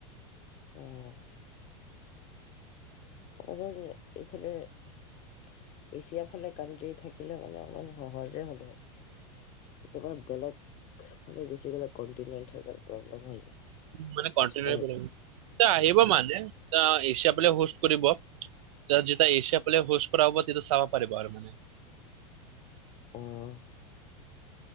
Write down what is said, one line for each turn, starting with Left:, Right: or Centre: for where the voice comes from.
Left: অ'। <unintelligible> হ'ব তেন্তে এইফালে এছিয়াৰ ফালে কানট্ৰি থাকিলে মানে হ'লে অকমান সহজে হ'লে হয়। একেবাৰে বেলেগ ফালে গুচি গ'লে। কণ্টিনিয়েন্ত হয় প্ৰব্লেম হৈ যায়।
Right: মানে
Left: কষ্ট
Right: <unintelligible>
Left: হৈ যায়
Right: আহিব মানে, এছিয়া ফালে হষ্ট কৰিব। যাৰ যেতিয়া এছিয়া প্লেয়াৰ হষ্ট কৰা হ'ব, তেতিয়া চাব পাৰিব আৰু মানে
Left: অ'।